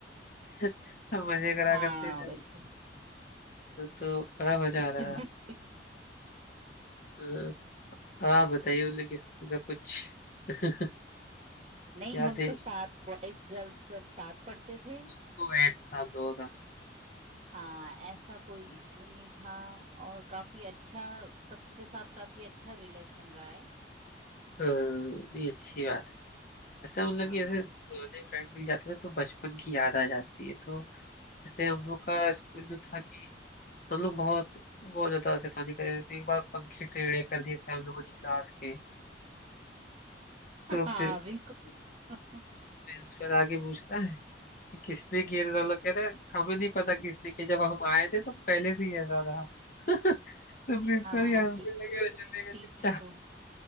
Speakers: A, on the left; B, on the right.
A: सब मजे करा
B: हाँ
A: करते थे
B: बिल्कुल
A: तो बड़ा मजा
B: <laughs>
A: आ रहा
B: बिल्कुल
A: था अ, और आप बताइए मतलब कि स्कूल का कुछ <laughs>
B: नहीं
A: याद
B: हम
A: है
B: तो साथ बॉयज गर्ल्स सब साथ पढ़ते थे
A: सबको ऐड था दोनों का
B: हाँ ऐसा कोई इश्यू नहीं था और काफी अच्छा सबके साथ काफी अच्छा रिलेशन रहा है
A: अ, ये अच्छी बात है ऐसा मतलब
B: हाँ
A: कि ऐसे पुराने फ्रेंड मिल जाते हैं तो बचपन की याद आ जाती है तो ऐसे हम लोग का स्कूल में था कि हम लोग बहुत बहुत ज्यादा शैतानी कर रहे थे एक बार पंखे टेढ़े कर दिए थे हम लोगों ने क्लास के तो
B: हाँ
A: प्रिंस
B: बिल्कुल <laughs>
A: प्रिंसिपल आके पूछता है कि किसने किए थे तो हम लोग कह रहे हैं, हमें नहीं पता किसने किए जब हम आए थे तो पहले से ही ऐसा था <laughs> तो प्रिंसिपल
B: हाँ
A: ही हंसने
B: टी,
A: लगे और चले गए
B: टीचर
A: चुपचाप
B: को